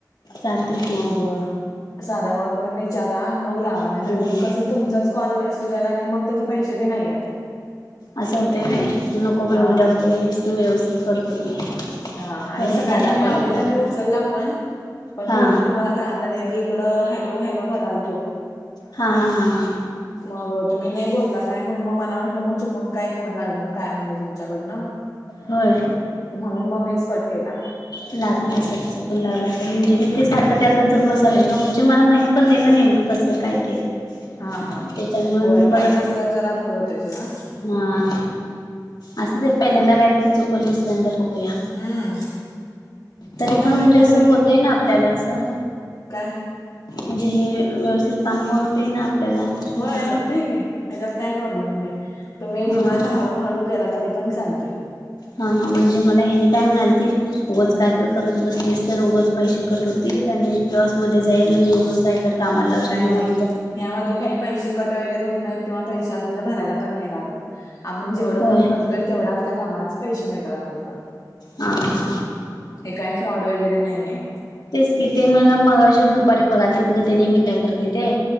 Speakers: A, on the left; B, on the left.
A: चालते की
B: मग साधा कॉल करून विचारा, मग लावा. नाहीतर
A: हम्म
B: मग कसं तुमचाचं कॉल वेस्ट जाणार आणि मग त्याचे पैसे बी नाही येत.
A: असं होतय व्हय, मग नको बाई
B: हां.
A: उद्या <unintelligible> व्यवस्थित करतो मी.
B: हा आणि
A: पहिला
B: सकाळी
A: साधा
B: मी
A: कॉलच
B: लावलेला
A: लावतो
B: आणि उचलला पण. पण
A: हा
B: बहुतेक तुम्हाला कळाल नाही मी इकडं हॅलो हॅलो करालतो.
A: हा हा हा हा.
B: मग तुम्ही नाही बोलला काय. म्हणून मग मला वाटलं मग चुकून काय फोन लागला का काय म्हणलं तुमच्याकडनं.
A: होय.
B: म्हणून मग मीच कट केला.
A: लागला असेल चुकून लागलं असेल. म्हणजे मी ते सारखं त्यातच जाऊन बसालोय ग. म्हणजे मला माहित पण नाही ना नेमक कसं काय ते?
B: हा हा
A: त्याच्यामुळे
B: होय.
A: मी परत
B: माहीत नसल्यावर जरा घोळ होतय सोडा.
A: हा. असुदेत पहिल्यांदा काहीतरी चुकल दुसऱ्यांद बघूया.
B: हम्म.
A: तरी
B: फोन
A: पण
B: अ
A: म्हणजे
B: फ्रेंड झालं
A: असं होतय
B: की
A: ना आपल्याला असं.
B: काय
A: म्हणजे हे व्यवस्थित काम होतंय ना आपल्याला?
B: होय
A: असं
B: होतय की ह्याच्यात काय प्रॉब्लेम नाही. तुम्ही
A: हा
B: निवांत
A: हा
B: हळूहळू करा तरी पण चालतोय.
A: हं हं. म्हणजे मला ह्यानी काय म्हणालतीत उगच
B: हम्म
A: का तर करत बसलीस तर उगंच पैसे कट होतील आणि लॉसमध्ये जाईल आणि उगंच काय तर कामाला लावशील
B: नाही
A: मला
B: नाही
A: म्हणत्यात.
B: यामध्ये काही पैसे कट वगैरे होत नाहीत किंवा पैसे आपल्याला भरायला पण नाही लागतं. आपण जेवढं
A: होय.
B: काम करतोय, तेवढं आपल्या कामाचे पैसे मिळत्यात आपल्याला.
A: हा हा हा.
B: हे काय फ्रॉड वगैरे नाहीये.
A: तेच कि ते मला मगाशी दुपारी बघालतीत गं तेनी मी काय करते ते.